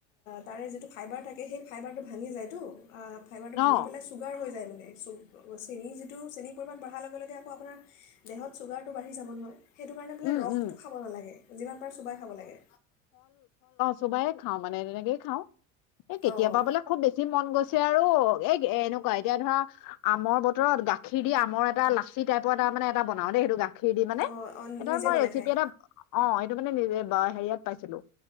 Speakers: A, on the left; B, on the left.
A: তাৰে যিটো ফাইবাৰ থাকে, সেই ফাইবাৰটো ভাঙি যায়তু। আ, ফাইভাৰটো ভাঙি
B: অ
A: পেলাই ছুগাৰ হৈ যায় মানে। <unintelligible> চেনি যিটো, চেনিৰ পৰিমাণ বঢ়াৰ লগে লগে আকৌ আপোনাৰ দেহত চুগাৰটো বাঢ়ি যাব নহয়। সেইটো কাৰণে বোলে
B: উম
A: ৰসটো
B: উম
A: খাব নালাগে, যিমান পাৰে চোবাই খাব লাগে।
B: চোবাইয়ে খাওঁ মানে, তেনেকেই খাওঁ। এ কেতিয়াবা
A: অঁ
B: বোলে খুব বেছি মন গৈছে আ আৰু, এ-এনেকুৱা এতিয়া ধৰা আমৰ বতৰত গাখীৰ দি আমৰ এটা লাচি টাইপৰ এটা মানে এটা বনাওঁ দেই, সেইটো গাখ <unintelligible> দি মানে।
A: অঁ অঁ
B: <unintelligible>
A: নিজে
B: মই
A: বনাই
B: ৰেচিপি
A: খায়
B: এটা <inaudible> অ', এইটো মানে নিজ বা হেৰিয়াত পাইছিলোঁ।